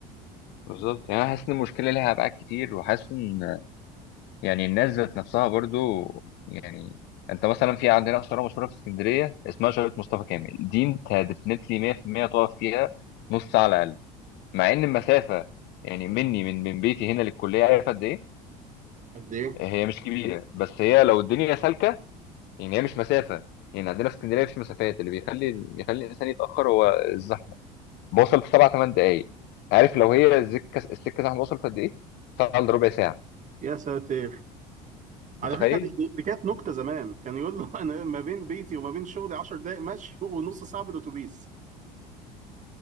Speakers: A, on the left (about 55°); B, on the right (about 35°).
A: بالظبط يعني انا حاسس ان المشكله ليها ابعاد كتير وحاسس ان يعني الناس ذات نفسها برضو يعني انت مثلا في عندنا شارع مشهوره في اسكندريه اسمها شارع مصطفى كامل دي انت ديفنتلي 100% تقف فيها نص ساعه على الاقل مع ان المسافه يعني مني من من بيتي هنا للكليه عارف قد ايه
B: قد ايه
A: هي مش كبيره بس هي لو الدنيا سالكه يعني هي مش مسافه يعني عندنا في اسكندريه مفيش مسافات اللي بيخلي بيخلي الانسان يتاخر هو الزحمه بوصل في سبع ثمان دقائق عارف لو هي السكه السكه زحمه وصلت قد ايه؟ ساعه الا ربع ساعه
B: يا ساتر
A: متخيل؟
B: على فكره دي, دي, دي كانت نكته زمان كان يقول له <laughs> انا ما بين بيتي وما بين شغلي 10 دقائق مشي <laughs> ونص ساعه بالاتوبيس